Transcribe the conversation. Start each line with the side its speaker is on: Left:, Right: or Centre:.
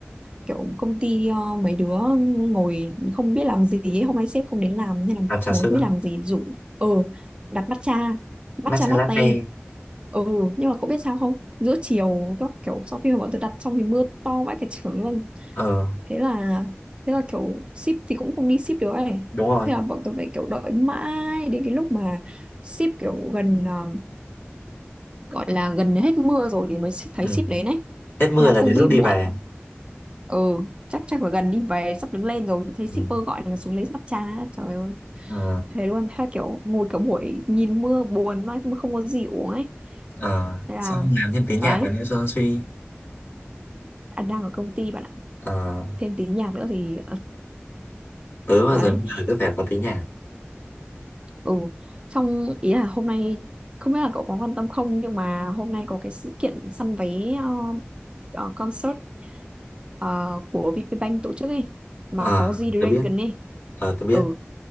Right: kiểu công ty ờ, mấy đứa ngồi không biết làm gì ấy. hôm nay sếp không đến làm nên là
Left: làm trà
Right: ngồi
Left: sữa
Right: không biết làm gì dụ ừ đặt matcha matcha
Left: matcha
Right: latte
Left: latte
Right: ừ nhưng mà cậu biết sao không giữa chiều các kiểu sau khi mà bọn tớ đặt xong thì mưa to vãi cả trường luôn
Left: ờ
Right: thế là thế là kiểu ship thì cũng không đi ship được ấy
Left: đúng rồi
Right: thế là bọn tôi phải kiểu đợi mãi đến cái lúc mà ship kiểu gần ờ, gọi là gần hết mưa rồi thì mới ship- thấy
Left: ừ.
Right: ship đến ấy
Left: hết mưa
Right: thế là
Left: là
Right: cũng
Left: đến
Right: bị
Left: lúc đi
Right: muộn
Left: về
Right: ừ chắc chắc là gần đi về sắp đứng lên rồi thì thấy
Left: ừ.
Right: shipper gọi là xuống lấy mặt trà trời ơi
Left: ờ
Right: thế luôn thế là kiểu ngồi cả buổi nhìn mưa buồn mà mà không có gì uống ấy
Left: ờ
Right: thế là
Left: sao không làm thêm tiếng
Right: đấy
Left: nhạc vào nữa cho nó suy
Right: anh đang ở công ty bạn ạ
Left: ờ
Right: thêm tí nhạc nữa thì
Left: tớ mà
Right: <laughs> đấy
Left: rồi mưa là tớ phải có tiếng nhạc
Right: ừ xong ý là hôm nay không biết là cậu có quan tâm không nhưng mà hôm nay có cái sự kiện săn vé ờ, ờ, concert ờ, của VPBank tổ chức ấy mà
Left: ờ
Right: có G-Dragon
Left: tớ biết
Right: ấy
Left: ờ tớ biết
Right: ừ